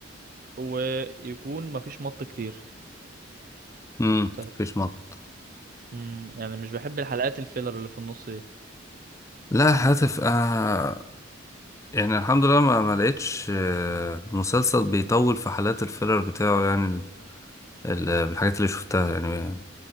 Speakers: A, on the right; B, on the left.
A: ويكون مفيش مط كتير
B: امم
A: طب-
B: مفيش مط
A: مم، يعني مش بحب الحلقات الفيلر اللي في النص
B: لا هاتف آه يعني الحمد لله ما, ما لقيتش آه، مسلسل بيطول في حالات الفيلر بتاعه يعني ال... ال... بالحاجات اللي شفتها يعني